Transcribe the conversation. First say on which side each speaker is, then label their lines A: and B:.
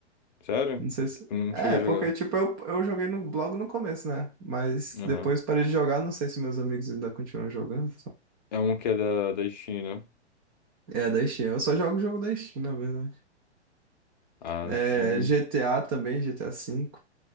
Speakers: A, on the left (about 40°); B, on the right (about 20°).
A: Sério?
B: Não sei se.
A: Eu não
B: É,
A: cheguei a
B: porque
A: jogar.
B: tipo, eu, eu joguei no, blog no começo, né? Mas
A: Aham.
B: depois parei de jogar, não sei se meus amigos ainda continuam jogando.
A: É um que é da, da Steam, né?
B: É, da Steam. Eu só jogo o jogo da Steam, na verdade.
A: A
B: É,
A: Steam.
B: GTA também, GTA V.